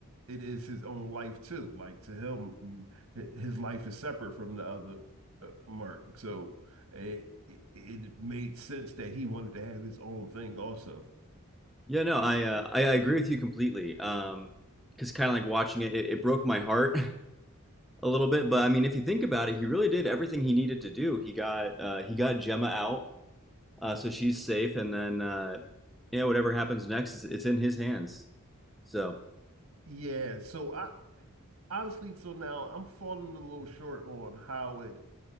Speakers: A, on the right; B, in the centre.
A: it is his own life too. Like to him, mm, hi- his life is separate from the other uh, Mark. So it, it it made sense that he wanted to have his own thing also.
B: Yeah, no, I uh, I, I agree with you completely. Um, because kind of like watching it, it, it broke my heart <laughs> a little bit. But I mean, if you think about it, he really did everything he needed to do. He got uh, he got Gemma out, uh, so she's safe, and then uh, yeah, whatever happens next, is it's in his hands. So
A: Yeah, so I honestly, so now I'm falling a little short on how it